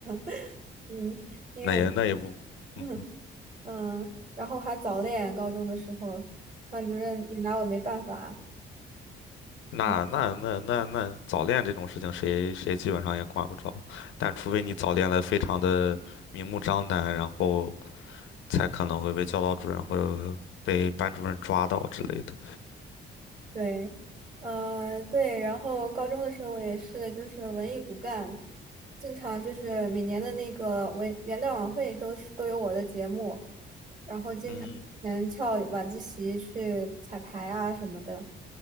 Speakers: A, on the right; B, on the left.
A: <laughs> 嗯，因为我
B: 那也那也不，
A: 嗯
B: 嗯。
A: 嗯，然后还早恋，高中的时候，班主任也拿我没办法。
B: 那那那那那早恋这种事情谁，
A: 嗯，
B: 谁基本上也管不着。但除非你早恋的非常的明目张胆，然后才可能会被教导主任或者被班主任抓到之类的。
A: 对，嗯对，然后高中的时候我也是就是文艺骨干，经常就是每年的那个文元旦晚会都是都有我的节目，然后经常以前翘晚自习去彩排啊什么的。
B: 嗯